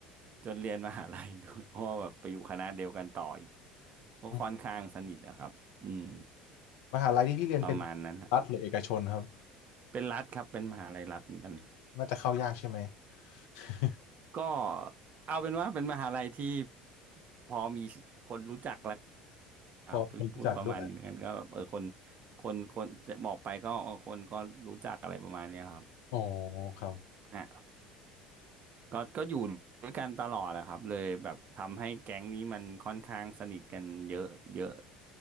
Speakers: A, on the right; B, on the left.
A: จนเรียนมหาลัยด้วย <laughs> เพราะว่าแบบไปอยู่คณะเดียวกันต่ออีกก็ค่อนข้างสนิทนะครับอืม
B: อืมมหาลัยที่พี่เรียนเป็น
A: ประมาณนั้นครับ
B: รัฐหรือเอกชนครับ
A: เป็นรัฐครับเป็นมหาลัยรัฐเหมือนกัน
B: น่าจะเข้ายากใช่ไหม <laughs>
A: ก็เอาเป็นว่าเป็นมหาลัยที่พอมีคนรู้จัก อ่าพูดพูดประมาณนี้แล้วกันก็แบบเออคน
B: พอคนรู้จักด้วย
A: คนคนจะบอกไปก็เออคนก็รู้จักอะไรประมาณเนี้ยครับ
B: อ๋อครับ
A: ฮะ ก็ก็อยู่ด้วยกันตลอดแหละครับเลยแบบทำให้แก๊งนี้มันค่อนข้างสนิทกันเยอะเยอะ